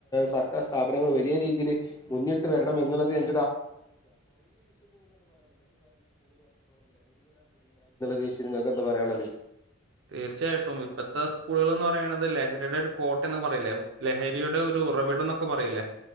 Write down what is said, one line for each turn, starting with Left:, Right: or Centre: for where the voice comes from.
Left: സർക്കാർ സ്ഥാപനങ്ങൾ വലിയ രീതിയിൽ മുന്നിട്ട് വരണം എന്നുള്ളത് <inaudible> റിച്ച് നിങ്ങൾക്ക് എന്താ പറയാനുള്ളത്
Right: തീർച്ചയായിട്ടും ഇപ്പോത്തെ സ്കൂളുകൾ എന്ന് പറയണുന്നത് ലഹരിയുടെ ഒരു കോട്ടയ പറയില്ലെ ലഹരിയുടെ ഒരു ഉറവിട ന്നൊക്കെ കുറേ ആയിലെ